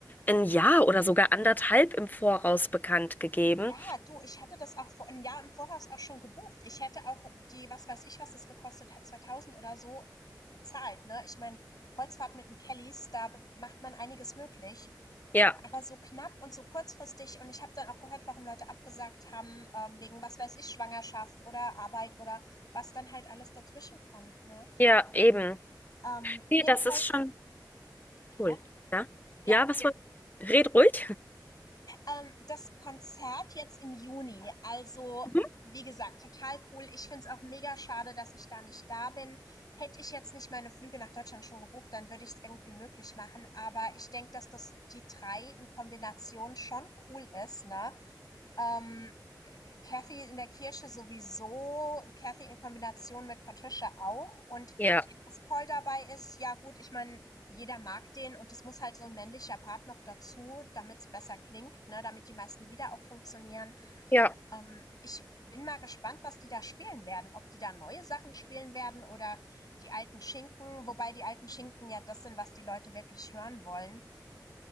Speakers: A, on the left; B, on the left.
A: ein Jahr oder sogar anderthalb im Voraus bekannt gegeben.
B: Ja, du, ich hatte das auch vor ein Jahr im Voraus auch schon gebucht. Ich hätte auch die was weiß ich, was das gekostet hat, 2.000 oder so, bezahlt, ne? Ich meine, Kreuzfahrt mit den Kellys, da be macht man einiges möglich.
A: Ja,
B: Aber so knapp und so kurzfristig und ich habe dann auch gehört, warum Leute abgesagt haben, ähm, wegen, was weiß ich, Schwangerschaft oder Arbeit oder was dann halt alles dazwischen kommt, ne?
A: ja, eben.
B: Ähm,
A: Nee,
B: jedenfalls
A: das ist schon
B: Ja,
A: cool. Ja,
B: ja.
A: ja, was war? Red ruhig.
B: Ähm, das Konzert jetzt im Juni, also
A: Mhm.
B: wie gesagt, total cool. Ich find's auch mega schade, dass ich da nicht da bin. Hätte ich jetzt nicht meine Flüge nach Deutschland schon gebucht, dann würde ich es irgendwie möglich machen. Aber ich denk, dass das die drei in Kombination schon cool ist, ne? Ähm, Kathy in der Kirche sowieso, Kathy in Kombination mit Patricia auch. Und
A: Ja,
B: Das Toll dabei ist, ja gut, ich meine, jeder mag den und es muss halt so ein männlicher Part noch dazu, damit es besser klingt, ne, damit die meisten Lieder auch funktionieren.
A: ja.
B: Ähm, ich bin mal gespannt, was die da spielen werden, ob die da neue Sachen spielen werden oder die alten Schinken, wobei die alten Schinken ja das sind, was die Leute wirklich hören wollen.